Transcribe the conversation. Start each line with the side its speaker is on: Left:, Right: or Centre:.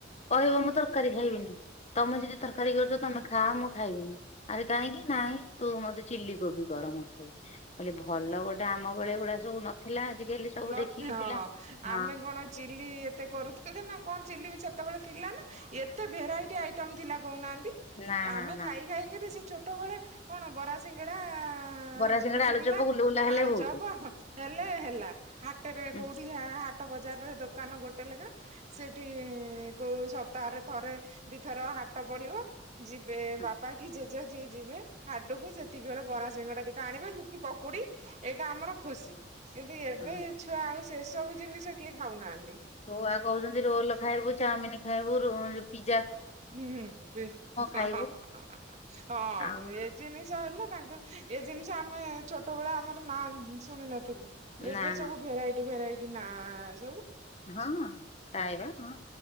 Left: କହିବ ମୁଁ ତରକାରୀ ଖାଇବିନି। ତୋମେ ଯଦି ତରକାରୀ କରୁଛ
Right: ହଁ
Left: ତୋମେ ଖାଅ। ମୁଁ ଖାଇବିନି। ଆରେ କାହିଁକି? ନାଇଁ ତୁ ମୋତେ ଚିଲ୍ଲି କୋବି କର ମୁଁ ଖାଇବି। କଲେ ଭଲ ଗୋଟେ ଆ ଆମ ବଳେ ଏଗୁଡା ସବୁ ନଥିଲା। ଆଜିକାଲି ସବୁ
Right: ନ
Left: ଦେଖିକି
Right: ହଁ
Left: ପିଲା ହଁ
Right: ଆମେ କଣ ଚିଲ୍ଲି ଏତେ କରୁଥିଲେ ନା କଣ। ଚିଲ୍ଲି ବି ସେତେବେଳେ ଥିଲା ନା। ଏତେ ବି ଭେରାଇଟି ଆଇଟମ୍ ଥିଲା କହୁନାହାନ୍ତି,
Left: ନା ନା
Right: ଆମେ
Left: ନା
Right: ଖାଇ ଖାଇକିରି ସେ ଛୋଟବେଳେ କଣ ବରା ସିଙ୍ଗଡ଼ା ଆଁ,
Left: ବରା ସିଙ୍ଗଡା
Right: ଗୁଲୁଗୁଲା
Left: ଆଳୁଚପ ଗୁଲୁଗୁଲା ହେଲେ
Right: ଆଳୁଚପ
Left: ବହୁତ।
Right: ହେଲେ ହେଲା। ହାଟରେ
Left: ହୁଁ,
Right: କୋଉଠି ଖା ହଟ ବଜାରରେ ଦୋକାନ ଗୋଟେ ଲେଖା। ସେଠି କୋଉ ସପ୍ତାହରେ ଥରେ ଦି ଥର ତ ହାଟ ପଡିବ ଯିବେ
Left: ହୁଁ,
Right: ବାପା କି ଜେଜେ ଯିଏ ଯିବେ ହାଟକୁ। ସେତିକି ବେଳେ ବରା ସିଙ୍ଗଡା ଦିଟା ଆଣିବେ ସେ କି ପକୁଡି ଏଇଟା ଆମର ଖୁସି। କିନ୍ତୁ ଏ
Left: ହୁଁ।
Right: ବେ ଛୁଆ ଆଉ ସେସବୁ ଜିନିଷ କିଏ ଖାଉନାହାନ୍
Left: ଛୁଆ କହୁଚନ୍ତି ରୋଲ୍ ଖାଇବୁ, ଚାଉମିନ୍ ଖାଇବୁ, ରୁ ଏ ପି
Right: ହୁଁ, ହୁଁ, ଟିସ ହଁ,
Left: ଖାଇବୁ
Right: ହଁ, ହଁ, ହଁ, ହଁ,
Left: ଆଉ
Right: ଏ ଜିନିଷ ହେଲେ ତାଙ୍କର ଏ ଜିନିଷ ଆମେ ଛୋଟବେଳେ ଆମର ନାଁ ଶୁଣି ନଥିଲୁ।
Left: ନା
Right: ଏବେ
Left: ନା
Right: ସବୁ ଭେରାଇଟି ଭେରାଇଟି ନାଁ।
Left: ହଁ ଖାଇବା ହଁ